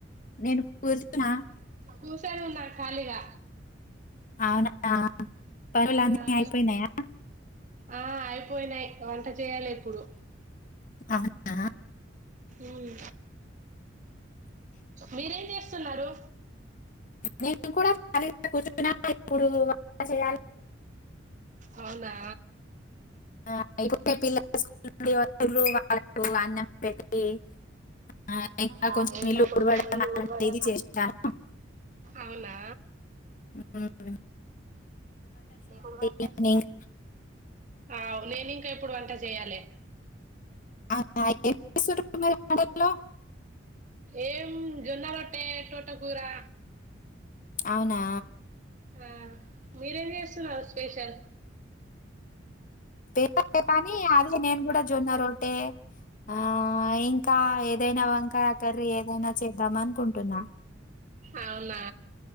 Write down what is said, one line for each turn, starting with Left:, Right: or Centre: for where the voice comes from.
Left: నేను కూర్చున్నా
Right: కూసోని ఉన్నారు ఖాళీగా
Left: అవునా పనులన్నీ
Right: ఆ
Left: అయిపోయినాయా
Right: ఆ అయిపోయినాయి్ వంట చేయాలి ఇప్పుడు
Left: అవునా
Right: ఉమ్ మీరేం చేస్తున్నారు
Left: నేను కూడా ఖాళీ గా కూర్చున్నా ఇప్పుడు వంట చేయాల
Right: అవునా
Left: ఆ ఇప్పుడేయ్ పిల్లలు స్కూల్ నుంచి వా వాళ్లకి అన్నం పెట్టి ఆ ఇంకా
Right: ఆ
Left: కొంచెం
Right: ఎంత
Left: ఇల్లు
Right: కొ
Left: ఉడవడం
Right: మల్లుఉడవడం
Left: అలాంటిది చేశాను
Right: అవునా
Left: ఉమ్మ్
Right: మీకు కుడివేత
Left: ఈవినింగ్
Right: ఆ అవు నేను ఇంకా ఇప్పుడు వంట చేయాలి
Left: అవునా ఏం చేస్తుర్రు మరి వంటల్లో
Right: ఏం జొన్న రోట్ ట్టే తోట కూరా
Left: అవునా
Right: ఆ మీరేం చేస్తున్నారు స్పెషల్
Left: పేపర్ కానీ అదే నేను కూడా జొన్న రొట్టె ఆ ఈ ఇంకా ఏదైనా వంకాయ కర్రీ ఏదైనా చేద్దాం అనుకుంటున్నా
Right: అవునా